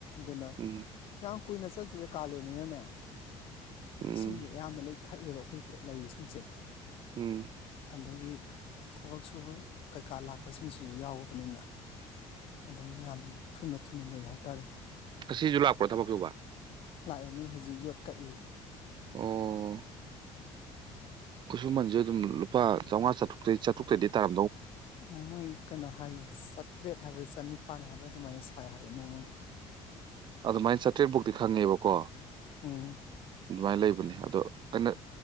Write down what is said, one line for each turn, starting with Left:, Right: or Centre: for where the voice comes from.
Left: ꯗꯨꯅ
Right: ꯎꯝ
Left: ꯌꯥꯝ ꯀꯨꯏꯅ ꯆꯠꯁꯤꯗ ꯀꯥꯜꯂꯦꯟꯅꯤꯅꯅꯦ
Right: ꯎꯝ
Left: ꯏꯁꯤꯡꯗꯤ ꯑꯌꯥꯝꯕ ꯂꯣꯏ ꯊꯛꯑꯦꯕ ꯑꯩꯈꯣꯏ ꯂꯩ ꯏꯁꯤꯡꯁꯦ
Right: ꯎꯝ
Left: ꯑꯗꯒꯤ ꯊꯕꯛ ꯁꯨꯕ ꯀꯩꯀꯥ ꯂꯥꯛꯄꯁꯤꯡꯁꯤꯁꯨ ꯌꯥꯎꯕꯅꯤꯅ ꯑꯗꯨꯝ ꯌꯥꯝ ꯊꯨꯅ ꯊꯨꯅ ꯂꯣꯏ ꯍꯥꯏꯇꯥꯔꯦ
Right: ꯉꯁꯤꯁꯨ ꯂꯥꯛꯄ꯭ꯔꯣ ꯊꯕꯛ ꯁꯨꯕ
Left: ꯂꯥꯛꯑꯦ ꯃꯣꯏ ꯍꯧꯖꯤꯛ ꯌꯣꯠ ꯀꯛꯏ
Right: ꯑꯣ ꯈꯨꯁꯨꯃꯟꯁꯨ ꯑꯗꯨꯝꯨꯄꯥ ꯆꯥꯝꯃꯉꯥ ꯆꯥꯇ꯭ꯔꯨꯛꯩ ꯆꯥꯇꯨꯛꯛꯇꯩꯗꯤ ꯇꯔꯥ
Left: ꯎꯃ ꯀꯩꯅꯣ ꯍꯥꯏꯌꯦ ꯁꯠꯇ꯭ꯔꯦꯠ ꯍꯥꯏꯕ꯭ꯔꯥ ꯆꯅꯤꯄꯥꯟ ꯍꯥꯏꯕ꯭ꯔꯥ ꯑꯗꯨꯃꯥꯏꯅ ꯁꯥꯏ ꯍꯥꯏꯌꯦ ꯅꯣꯡꯃꯒꯤ
Right: ꯑꯗꯨꯃꯥꯏꯅ ꯆꯥꯇ꯭ꯔꯦꯠ ꯐꯨꯛꯇꯤ ꯈꯪꯉꯦꯕꯀꯣ
Left: ꯎꯝ
Right: ꯑꯗꯨꯃꯥꯏꯅ ꯂꯩꯕꯅꯤ ꯑꯗꯣ ꯑꯩꯅ